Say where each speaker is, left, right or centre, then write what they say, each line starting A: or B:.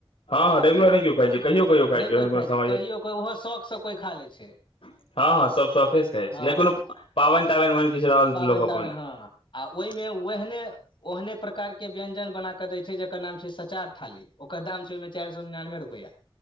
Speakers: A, on the left; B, on the left.
A: हँ रेगुलर नै केयो खायइ छै कहियो को खाय
B: नहि
A: छै
B: कोइ
A: कोनो
B: खाइ
A: समय
B: कहियो
A: <unintelligible>
B: कोइ ओहो शौकसँ कोइ खा लै छै
A: हँ हँ सभ शौखेसँ कहै
B: हँ
A: छै या कोनो पावैन
B: आ
A: ताबैन उहने किछु रहल
B: पाबनि
A: लोक अपन
B: ताबनि हँ आ ओइमे ओहने ओहने प्रकार के व्यंजन बना केँ दै छै जकर नाम छै सचार थाली ओकर दाम छै ओइमें चाइर सौ निनानबे रुपआ